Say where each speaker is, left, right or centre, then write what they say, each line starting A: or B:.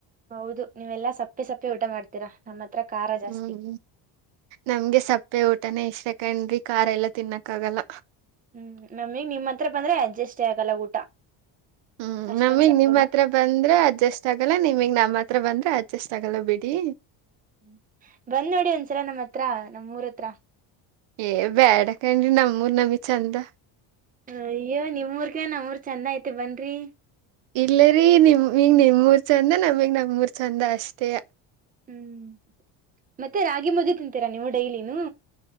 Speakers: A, on the right; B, on the right.
A: ಹೌದು ನೀವೆಲ್ಲಾ ಸಪ್ಪೆ ಸಪ್ಪೆ ಊಟ ಮಾಡ್ತೀರಾ ನಮ್ಮ ಹತ್ರ ಖಾರ ಜಾಸ್ತಿ
B: ಹ್ಮ್ ನಮ್ಗೆ ಸಪ್ಪೆ ಊಟನೇ ಇಷ್ಟ ಆ ಹಾ ಕಂಡ್ರಿ ಕಾರಾರ್ ಎಲ್ಲಾ ತಿನ್ನಕ್ಕ ಆಗಲ್ಲ
A: ಹ್ಮ್ ನಮಗ್ ನಿಮ್ಮ ಹಂತ್ರ ಬಂದ್ರೆ ಅಡ್ಜಸ್ಟ್ ಆಗಲ್ಲ ಊಟ
B: ಹ್ಮ್
A: ಅಷ್ಟೊಂದ್
B: ನಮಿಗ್
A: ಸಪ್ಪೆ
B: ನಿಮ್ ಹತ್ರ
A: ಮಾಡ್ತೀವಿ
B: ಬಂದ್ರೆ ಅಡ್ಜಸ್ಟ್ ಆಗಲ್ಲ ನಿಮಗ್ ನಮ್ಮ್ ಹತ್ರ ಬಂದ್ರ ಅ ಚಸ್ ಆಗಲ್ಲಬೇಡಿ
A: ಹ್ಮ ಬಂದ್ ನೋಡಿ ಒಂದ್ಸಲ ನಮ್ಮ್ ಹತ್ರ ನಮ್ೂರ ಹತ್ರ
B: ಏ ಬೇಡಕನ್ರಿ ನಮ್ಮೂರ್ ನಂಬಿ ಚಂದ
A: ಹ ಅಯ್ಯೋ ನಿಮ್ೂರ್ಗ ನಮ್ಮೂರ್ ಚಂದ ಐ್ತಿ ಬನ್್ರರಿ
B: ಇಲ್ಲರಿೀ ನಿಮ ಹಂಗ ನಿಮ್ೂರ್ ಚಂದ ನಮಗ್ ನಮ್ೂರ್ ಚಂದ ಅಷ್ಟೇ
A: ಹ್ಮ್ ಮತ್ತೆ ರಾಗಿ ಮುದ್ದು ತಿಂತೀರಾ ನೀವು ಡೈಲಿನೂ